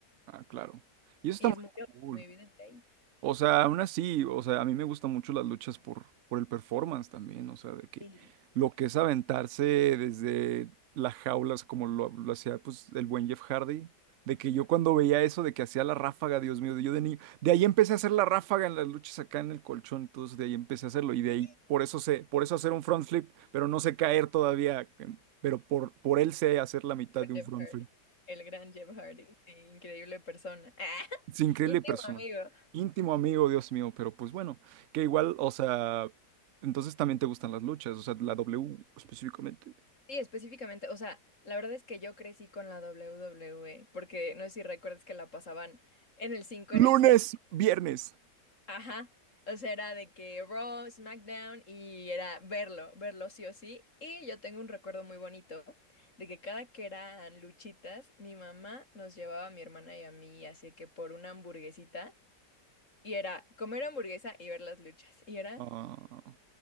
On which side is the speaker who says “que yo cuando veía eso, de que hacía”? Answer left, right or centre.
Right